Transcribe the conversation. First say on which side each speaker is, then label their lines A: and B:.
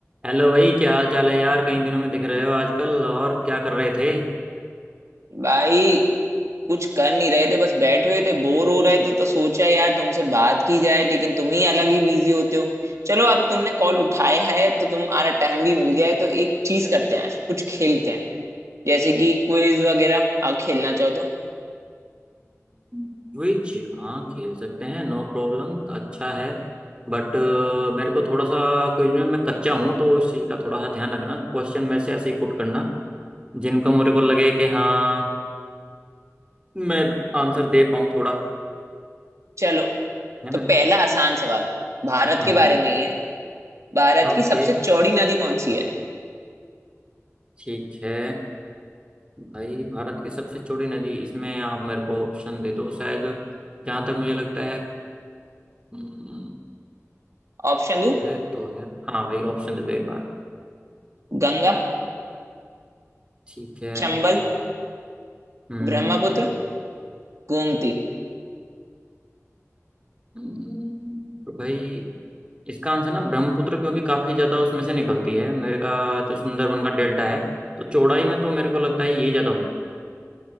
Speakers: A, on the right; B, on the right.
A: Hello भाई क्या हाल चाल है यार कई दिनों में दिख रहे हो आजकल और क्या कर रहे थे
B: भाई कुछ कर नहीं रहे थे बस बैठे हुए थे बोर हो रहे थे तो सोचा यार तुमसे बात की जाए लेकिन तुम ही अलग ही बिजी होते हो चलो अब तुमने कॉल उठाया है तो तुम्हारा टाइम भी मिल गया है तो एक चीज करते हैं आज कुछ खेलते हैं जैसे कि क्विज वगैरह अगर खेलना चाहो तो
A: क्विज हाँ खेल सकते हैं नो प्रॉब्लम अच्छा है बट मेरे को थोड़ा सा क्विज में मैं कच्चा हूँ तो उस चीज़ का थोड़ा सा ध्यान रखना क्वेश्चन में से ऐसे ही पुट करना जिनको मेरे को लगे कि हाँ मैं आंसर दे पाऊँ थोड़ा
B: चलो
A: है ना
B: तो पहला आसान सवाल भारत
A: हम्म
B: के बारे में ही है भारत
A: ओके
B: की सबसे चौड़ी नदी कौन सी है
A: ठीक है भाई भारत की सबसे चौड़ी नदी इसमें आप मेरे को ऑप्शन दे दो शायद जहाँ तक मुझे लगता है हम्म,
B: ऑप्शन दो
A: है तो है हाँ भाई ऑप्शन दे दो एक बार
B: गंगा
A: ठीक है
B: चंबल
A: हम्म
B: ब्रह्मपुत्र गोमती
A: हम्म, तो भाई इसका आंसर ना ब्रह्मपुत्र क्योंकि काफी ज्यादा उसमें से निकलती है मेरे का जो सुंदरबन का डेल्टा है तो चौड़ाई में तो मेरे को लगता है यही ज्यादा होगी